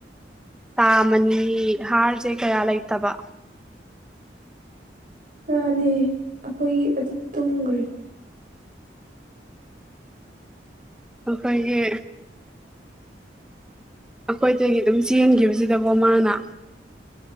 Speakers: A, in the centre; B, on the right (about 45°).
A: ꯇꯥ ꯃꯅꯤ ꯍꯥꯔꯁꯦ ꯀꯌꯥ ꯂꯩꯇꯕ
B: ꯃꯥꯅꯦ ꯑꯈꯣꯏꯒꯤ ꯑꯗꯨ ꯇꯨꯝꯒ꯭ꯔꯦ
A: ꯑꯈꯣꯏꯒꯤ ꯑꯈꯣꯏꯗꯒꯤ ꯑꯗꯨꯝ ꯆꯦꯟꯒꯤꯕꯁꯤꯗꯕꯣ ꯃꯥꯅ